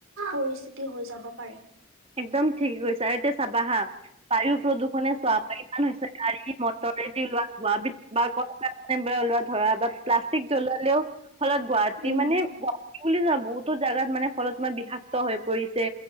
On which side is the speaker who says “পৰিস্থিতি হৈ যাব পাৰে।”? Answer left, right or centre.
Right